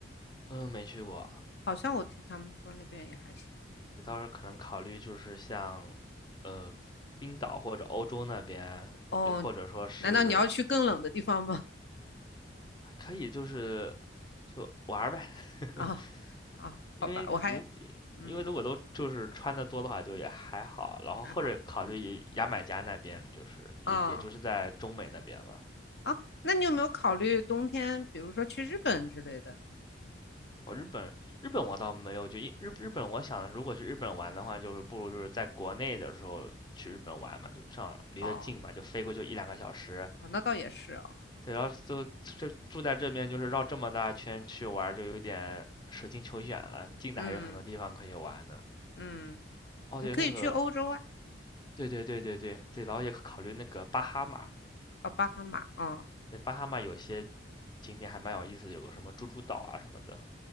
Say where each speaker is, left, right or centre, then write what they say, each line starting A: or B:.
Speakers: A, on the left; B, on the left.
A: 嗯没去过，
B: 好像我听他们说那边也还行。
A: 所以到时候可能考虑就是像呃冰岛或者欧洲那边，
B: 哦，
A: 又或者说是
B: 难道你要去更冷的地方吗？
A: 可以就是就玩儿呗，<laughs>
B: 啊啊，
A: 因为如
B: 好吧，我还嗯
A: 因为如果都就是穿的多的话，就也还好，然后或者考虑牙买加那边，
B: 还好，嗯
A: 就是也也就是在中美那边了。
B: 啊啊，那你有没有考虑冬天，比如说去日本之类的？
A: 哦，日本，日本我倒没有，就一日日本，我想如果去日本玩的话，就是不如就是在国内的时候去日本玩嘛，就正好离得近嘛，
B: 哦
A: 就飞过去一两个小时。
B: 啊，那倒也是啊，
A: 对，然后就这住在这边，就是绕这么大圈去玩，就有点舍近求远了。近的还有很多地方可以玩呢。
B: 嗯嗯，
A: 哦，
B: 你可以去欧洲啊，
A: 对，那个，对对对对对对，然后也考虑那个巴哈马，
B: 啊巴哈马啊，
A: 对，巴哈马有些景点还蛮有意思，有个什么猪猪岛啊什么的。